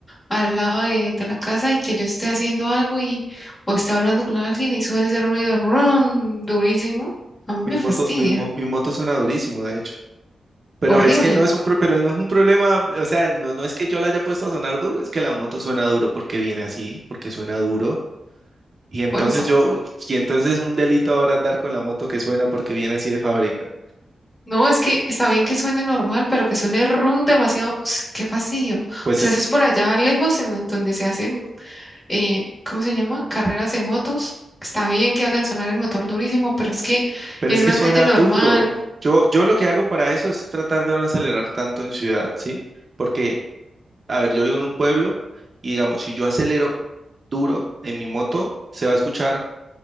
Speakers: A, on the left; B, on the right.
A: al lado de, de la casa y que yo esté haciendo algo y o esté hablando con alguien y suene ese ruido ron durísimo, a mí
B: Mi
A: me
B: moto,
A: fastidia,
B: mi, mo- mi moto suena durísimo, de hecho. Pero
A: horrible,
B: es que no es un, pro- pero no es un problema, o sea, no, no es que yo la haya puesto a sonar duro, es que la moto suena duro porque viene así, porque suena duro. Y entonces
A: por eso.
B: yo, y entonces un delito ahora andar con la moto que suena porque viene así de fábrica.
A: No, es que está bien que suene normal, pero que suene ron demasiado, <sniffs> qué fastidio. O
B: Pues
A: sea,
B: es
A: eso es por allá lejos en donde se hace eh, ¿cómo se llama? Carreras de motos. Está bien que hagan sonar el motor durísimo, pero es que
B: Pero
A: en
B: es que
A: una
B: suena
A: calle normal,
B: duro. Yo, yo lo que hago para eso es tratar de no acelerar tanto en ciudad, ¿sí? Porque, a ver, yo vivo en un pueblo y digamos, si yo acelero duro en mi moto, se va a escuchar